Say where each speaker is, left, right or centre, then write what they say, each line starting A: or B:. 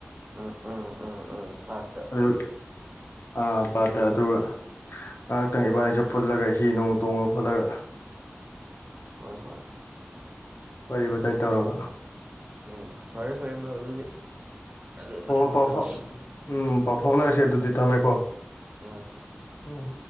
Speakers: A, on the right (about 30°); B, on the left (about 65°).
A: ꯎꯝ ꯎꯝ ꯎꯝ ꯎꯝ ꯄꯥꯠꯇ
B: ꯑꯗꯨ ꯑꯥ ꯄꯥꯠꯇ ꯑꯗꯨꯒ ꯉꯥꯏꯍꯥꯛꯇꯪ ꯏꯕꯥꯅꯤꯁꯨ ꯄꯨꯜꯂꯒ ꯍꯤ ꯅꯣꯡ ꯇꯣꯡꯉ ꯍꯣꯜꯂꯒ
A: ꯍꯣꯏ ꯍꯣꯏ
B: ꯋꯥꯔꯤ ꯋꯇꯥꯏ ꯇꯧꯔꯒ
A: ꯎꯝ ꯐꯔꯦ ꯐꯔꯦ ꯃꯔꯨꯞ ꯑꯗꯨꯗꯤ ꯑꯗꯨ ꯃꯊꯪ
B: ꯍꯣꯏ ꯍꯣꯏ
A: ꯃꯊꯪ
B: ꯄꯥꯎ ꯐꯥꯎ ꯎꯝ ꯄꯥꯎ ꯐꯥꯎꯅꯔꯁꯦ ꯑꯗꯨꯗꯤ ꯊꯝꯃꯦ ꯀꯦ
A: ꯎꯝ
B: ꯎꯝ